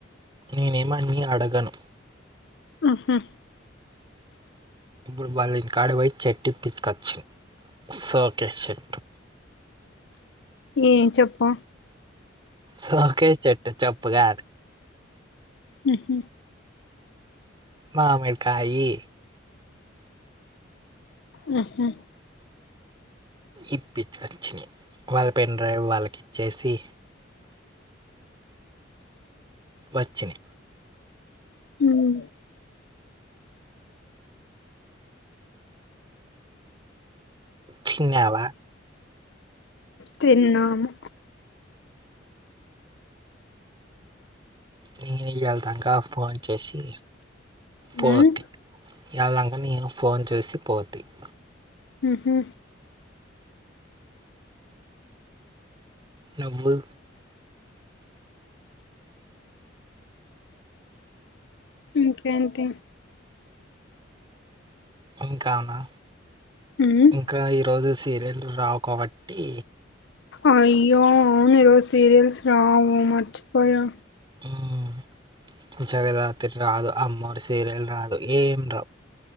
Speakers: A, on the right (about 25°); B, on the left (about 65°).
A: నేనేమి అన్ని అడగను.
B: మ్హు
A: ఇప్పుడు వాళ్ళింటికాడకి పోయి చెట్టు ఇప్పించుకొచ్చ సోకేస్ చెట్టు.
B: ఏం చెప్పు
A: సోకేస్ చెట్టు చెప్పు కాదు.
B: మ్ హు
A: మామిడికాయి
B: మ్ హు
A: ఇప్పిచుకొచ్చినయి వాళ్ళ పెన్ డ్రైవ్ వాళ్ళకి ఇచ్చేసి వచ్చిన
B: ఉం
A: తిన్నావా
B: తిన్నాము
A: నేను వెళ్తాక ఫోన్ చేసి పోద్ది
B: మ్మ్
A: <unintelligible> వెళ్ళక న ఫోన్ చేూసి పోతాయి <unintelligible>
B: హు హమ్
A: నువ్వు
B: ఇంకేంటి
A: ఇంకానా
B: ఉం
A: ఇంకా ఈరోజు సీరియల్ రావు కాబట్టి
B: అయ్యో అవును ఈ రోజు సీరియల్స్ రావు మర్చిపోయా
A: ఉం జగరాత్రి రాదు అమ్మోరు సీరియల్ రాదు ఏం రావు